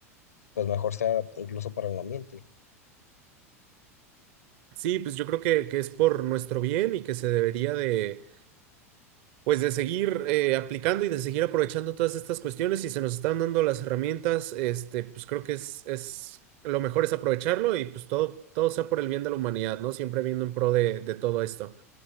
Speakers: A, on the left; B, on the right.
A: pues mejor sea incluso para el ambiente.
B: Sí, pues yo creo que, que es por nuestro bien y que se debería de pues de seguir eh, aplicando y de seguir aprovechando todas estas cuestiones y se nos están dando las herramientas, este, pues creo que es, es lo mejor es aprovecharlo y pues todo, todo sea por el bien de la humanidad, ¿no? Siempre viendo en pro de, de todo esto.